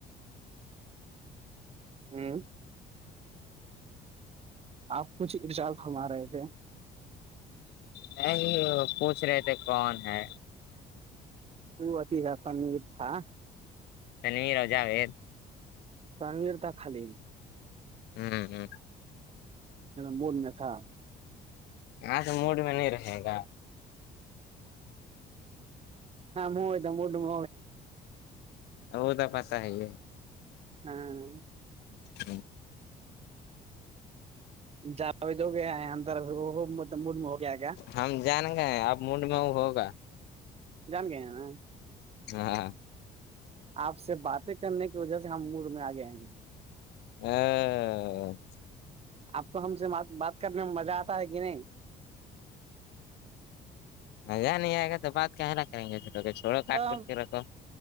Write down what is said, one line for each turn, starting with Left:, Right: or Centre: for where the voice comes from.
Right: ہوں آپ کچھ ارجاف ہمما رہے تھے
Left: نہیں پوچھ رہے تھے کون ہے
Right: وہ اتی تھا کیر تھا
Left: تنویر اور جاوید
Right: پرگیر د خالی
Left: ہوں
Right: مول میں تھا
Left: ہاں تو موڑ میں نہیں رہے گا
Right: ہاں مئے تو موٹ م
Left: ہودا پت ہے
Right: ہاں
Left: ہاں
Right: جاوج ہو گے ہے ا وہ م مڈ میں ہو گیا گ
Left: ہم جان گئے اب موڈ میں وہ ہوگا
Right: جان گئے ہیں نا
Left: ہاں
Right: آپ سے باتیں کرنے کی وجہ سے ہم مور میں آگئے آئے ہیں
Left: <unintelligible>
Right: آپ کو ہم سےات بات کرنے میں مزہ آتا ہے کہ نہیں
Left: مزہ نہیں آئے گا تو بات کہنا کریں گے چھو چوڑو کاٹ
Right: تب
Left: کرتے رکھو